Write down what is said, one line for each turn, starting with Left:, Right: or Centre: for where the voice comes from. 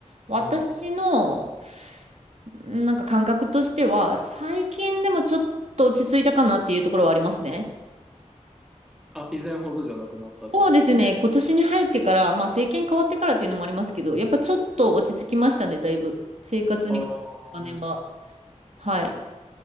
Right: 私の
Centre: はい。
Right: なんか感覚としては最近でもちょっと落ち着いたかなっていうところはありますね。
Centre: あ、以前ほどじゃなくなったってことですね。
Right: そうですね、今年に入ってから、まあ政権変わってからっていうのもありますけど、やっぱちょっと落ち着きましたね、だいぶ。生活にかかるお金は。
Centre: あー
Right: はい。